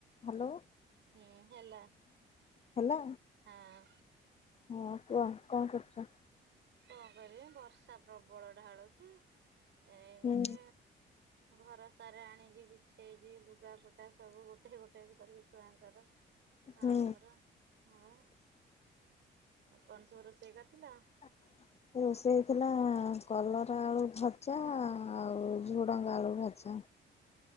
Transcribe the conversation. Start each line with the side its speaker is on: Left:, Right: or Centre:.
Left: Hello
Right: ହୁଁ ହେଲା
Left: ହେଲା
Right: ହଁ।
Left: ହଁ କୁହ କଣ କରୁଛ?
Right: କଣ କରିବି ବର୍ଷା ପ୍ରବଳ ଢାଳୁଛି ଏମିତି
Left: ହୁଁ
Right: ଘର ସାରା ଆଣିକି ବିଛେଇଛି ଲୁଗା ଫଟା ସବୁ ଗୋ ଟେ ଗୋଟେ କରିକ ଛୁଆଙ୍କର
Left: ହୁଁ।
Right: ଆମର ହଁ। ଆଉ କଣ ସବୁ ରୋଷେଇ କରିଥିଲ?
Left: <inaudible> ରୋଷେଇ ହେଉଥିଲା କଲରା ଆଳୁ ଭଜା ଆଉ ଝୁଡଙ୍ଗ ଆଳୁ ଭଜା।